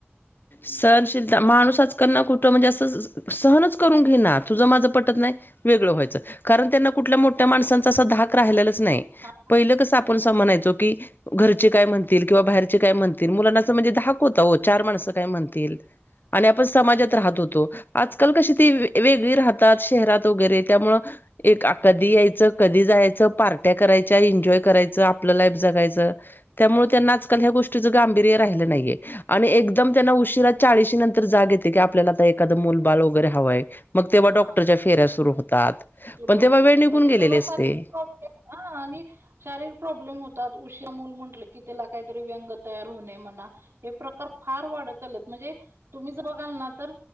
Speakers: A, on the left; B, on the right.
A: सहनशीलता माणूस आजकाल ना कुठं म्हणजे असं सहनच करून घिना तुझं माझं पटत नाही वेगळं व्हायचं कारण त्यांना कुठल्या मोठ्या माणसांचा असा धाक राहिलेलाच नाही
B: हां,
A: पहिलं कसं आप पण सा म्हणायचो की घरचे काय म्हणतील किंवा बाहेरचे काय म्हणतील मुलांना असं म्हणजे धाक होता ओ चार माणसं काय म्हणतील आणि आपण समाजात
B: तर
A: राहत होतो. आजकाल कशी ती वेगळी राहतात शहरात वगैरे त्यामुळं एक आ कधी यायचं कधी जायाचं पार्ट्या करायच्या एन्जॉय करायचं आपलं लाईफ जगायचं त्यामुळे त्यांना आजकाल ह्या गोष्टीचं गांभीर्य राहिलं नाहीये. आणि
B: गांभीर
A: एकदम त्यांना उशिरा चाळीशी नंतर जाग येते की आपल्याला आता एखादं मुलबाळ वगैरे हवंय. मग तेव्हा
B: हां,
A: डॉक्टरच्या फेऱ्या सुरू होतात.
B: सुरू
A: पण
B: होतात
A: तेव्हा वेळ निघून
B: म्हणजे
A: गेलेली
B: तेव्हा
A: असते
B: शरीरा प्रॉब्लेम हा आणि शारीरिक प्रॉब्लेम होतात उशिरा मूल म्हंटलं की त्याला काहीतरी व्यंग तयार होणे म्हणा हे प्रकार फार वाढत आलेत म्हणजे तुम्हीच बघाल ना तर